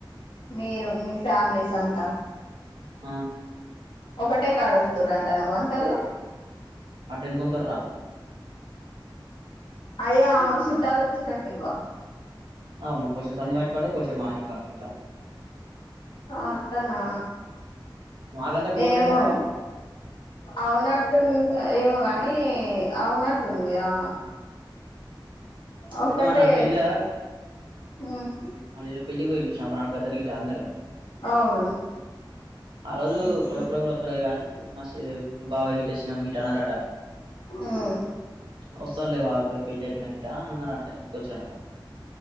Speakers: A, on the left; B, on the right.
A: మీరు మీ ఫ్యామిలీస్ అంతా
B: ఆ
A: ఒకటే కాడు వండు తుర అంటా నా వంటలు
B: అట్టేం కొండూతార్ రా
A: అయ్యా ఆమె చుట్టాలు వచ్చిరంటే ఇవ
B: ఆవు కొద్దిసేపు సందీప్ ఇంటికాడ కొసేపు మా ఇంటి కాడ అట్ట
A: ఆ అట్టనా
B: మాకంత క్లోజ్
A: ఏమో
B: ఏం కాదురా
A: అవునట్టువుంది గా ఏమో కాగాని అవునట్టు ఉంది ఆ ఒకటే
B: అయితే మన పెళ్ళిల
A: హు మ్
B: మళ్ళీ ఈ రోజు పెళ్లిి పోయిరూ చూసినవా ఒకనాడు గద్దలు గట్ట అందరూ
A: అవును
B: ఆ రోజు ఇప్పు డ కూడా వస్తలేరు కానీ మ బాబాయ గిట్ట చిన్నమ్మ గిట్ట అనారంట
A: ఉమ్
B: వస్తాం లే బాబాయి బిడ్డ పెళ్ళి అయిపోయినా గిట అన్నారంటే అందుకొచ్చాంట